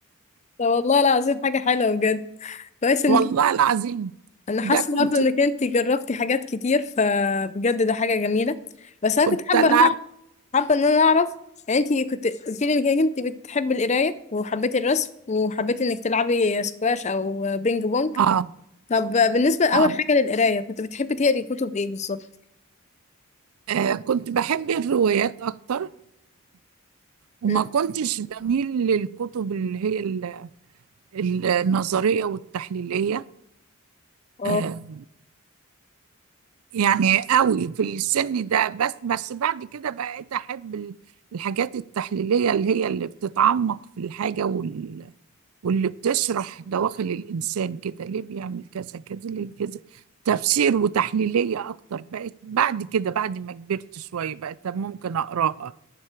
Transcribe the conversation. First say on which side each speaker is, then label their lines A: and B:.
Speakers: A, on the left; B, on the right.
A: طب والله العظيم حاجة حلوة بجد
B: <laughs>
A: كويس انك
B: والله العظيم
A: انا حاسة
B: ده كنت
A: برضه انك انت جربتي حاجات كتير فبجد ده حاجة جميلة بس انا
B: كنت
A: كنت حابة
B: العب
A: ان أنا- حابة ان انا اعرف يعني انت كنت قلت لي انك انت بتحبي القراية وحبيتي الرسم وحبيتي انك تلعبي سكواش او بينج بونج
B: آه,
A: طب بالنسبة اول
B: آه,
A: حاجة للقراية كنت بتحبي تقري كتب ايه بالظبط
B: اه كنت بحب الروايات اكتر وما
A: م.
B: كنتش بميل للكتب اللي هي ال- النظريه والتحليليه
A: اه
B: آه، يعني قوي في السن ده بس بس بعد كده بقيت احب ال- الحاجات التحليلية اللي هي اللي بتتعمق في الحاجة وال... واللي بتشرح دواخل الإنسان كده ليه بيعمل كذا كذا ليه كذا تفسير وتحليلية أكتر بقيت بعد كده بعد ما كبرت شوية بقيت ممكن أقراها